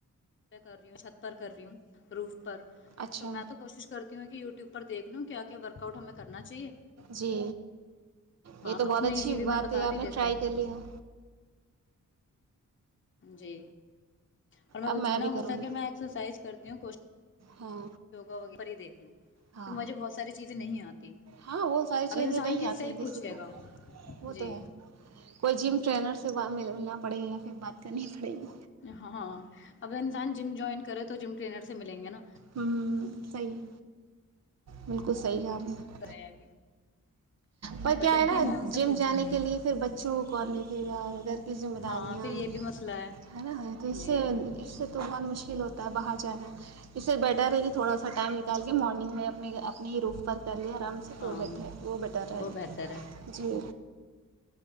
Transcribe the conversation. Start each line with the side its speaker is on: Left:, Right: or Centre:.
Left: کر رہی ہوں چھت پر کر رہی ہوں روح
Right: اچھا
Left: تو میں تو کوشش کرتی ہوں کہ یو ٹیوب پر دیکھ کیا ورک آؤٹ ہمیں کرنا چاہیے
Right: جی
Left: ہاں
Right: یہ تو
Left: اس
Right: بہت اچھی
Left: میں ایزی وے
Right: بات
Left: میں بتا
Right: ہے آپ
Left: بھی
Right: نے
Left: دیتے
Right: ٹرائی کر لیا
Left: جی اور میر
Right: اب
Left: کو
Right: میں
Left: جتنا
Right: بھی کروں
Left: ہو سکے
Right: گی
Left: میں ایکسرسائز کر کیوں کوچھ
Right: ہاں
Left: یوگا ویرہ پر ہی دیکھ لو
Right: ہاں
Left: کہ مجھے بہت ساری چیزیں نہیں آتی
Right: ہاں وہ ساری
Left: اب
Right: چیزیں
Left: انسان
Right: نہیں
Left: کس
Right: آتی
Left: سے ہی
Right: ہیں کسی
Left: پوچھے
Right: کو
Left: گا
Right: وہ
Left: جی
Right: تو ہے کوئی جم ٹرینر سے ب مللنا پڑے گا پھر بات کرنی پڑے گی
Left: ہاں اگر انسان جم جوائن کرے تو جم ٹرینر سے ملیں گے نا
Right: ہمم صحیح ہے بالکل صحیح ہے آپ
Left: کرے ہیں ابھی
Right: پر
Left: پٹرتی
Right: کیا ہے نا
Left: میں ان سے
Right: جم
Left: پوچھوں
Right: جانے
Left: گی
Right: کے لیے پھر بچوں کو کون دکھے گا گھر کی ذمہ
Left: ہاں
Right: داریاں
Left: پھر یہ بھی مسئلہ
Right: ہے نا تو اس سے
Left: جی
Right: سے تو بہت مشکل ہوتا ہے باہر جانا اس سے بیٹر ہے کہ تھوڑا سا ٹائم نکال کے مارننگ میں اپنے اپنے ہی روف پر ی آرام سے
Left: ہاں
Right: تو بیٹھے وہ بیٹر رہ
Left: وہ
Right: گا
Left: بہتر ہے
Right: جی